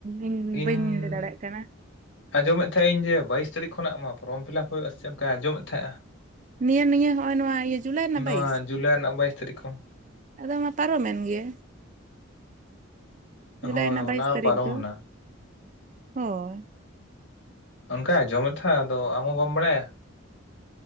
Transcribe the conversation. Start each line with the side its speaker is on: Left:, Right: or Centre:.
Right: ᱤᱧ
Left: ᱤᱧ
Right: ᱵᱟᱹᱧ ᱞᱟᱹᱭ ᱫᱟᱲᱮᱭᱟᱜ ᱠᱟᱱᱟ᱾
Left: ᱟᱸᱡᱚᱢᱮᱫ ᱛᱟᱦᱮᱸᱱᱟ ᱤᱧ ᱡᱮ ᱵᱟᱭᱤᱥ ᱛᱟᱹᱨᱤᱠᱷ ᱠᱷᱚᱱᱟᱜ ᱢᱟ ᱯᱷᱚᱨᱚᱢ ᱯᱷᱤᱞᱟᱯ ᱦᱩᱭᱩᱜᱼᱟ ᱥᱮ ᱪᱮᱫ ᱚᱱᱠᱟᱟᱭ ᱟᱸᱡᱚᱢᱮᱫ ᱛᱟᱦᱮᱸᱜᱼᱟ᱾
Right: ᱱᱤᱭᱟᱹ ᱱᱤᱭᱟᱹ ᱦᱚᱸᱜᱚᱭ ᱱᱚᱣᱟ ᱡᱩᱞᱟᱭ ᱨᱮᱱᱟᱜ
Left: ᱱᱚᱣᱟ
Right: ᱵᱟᱭᱤᱥ
Left: ᱡᱩᱞᱟᱭ ᱨᱮᱱᱟᱜ ᱵᱟᱭᱤᱥ ᱛᱟᱹᱨᱤᱠᱷ ᱠᱷᱚᱱ
Right: ᱟᱫᱚ ᱢᱟ ᱯᱟᱨᱚᱢᱮᱱ ᱜᱮ ᱡᱩᱞᱟᱭ
Left: ᱦᱳᱭ
Right: ᱨᱮᱱᱟᱜ
Left: ᱦᱚᱞᱟ
Right: ᱵᱟᱭᱤᱥ ᱛᱟᱹᱨᱤᱠᱷ
Left: ᱯᱟᱨᱚᱢᱱᱟ
Right: ᱫᱚ ᱦᱳᱭ
Left: ᱚᱱᱠᱟ ᱟ ᱡᱚᱢᱮᱫ ᱛᱟᱦᱮᱸ ᱟᱫᱚ ᱟᱢ ᱦᱚᱸ ᱵᱟᱢ ᱵᱟᱲᱟᱭᱟ᱾